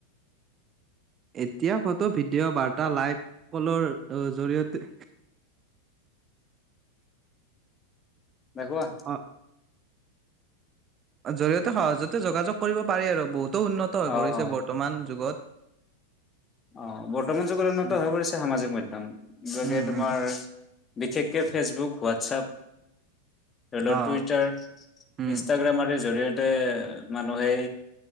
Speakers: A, on the right; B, on the left.
A: এতিয়া ফটো, ভিডিঅ', বাৰ্তা, লাইভ, কলৰ জৰিয়তে
B: দেখুৱা
A: অ জৰিয়তে সহজতে যোগাযোগ কৰিব পাৰি আৰু বহুত। টো, উন্নত হৈ
B: অ',
A: পৰিছে
B: অ',
A: বৰ্তমান যুগত।
B: অ', বৰ্তমান যুগত উন্নত
A: উম
B: হৈ পৰিছে সামাজিক মাধ্যম, গতিকে
A: উম
B: তোমাৰ
A: উম
B: বিশেষকে ফেচবুক, হোৱাটছআপ। ধৰি লওঁক
A: অ
B: টুইটাৰ,
A: উম
B: ইনষ্টাগ্ৰাম আদিৰ জৰিয় তে, মানুহে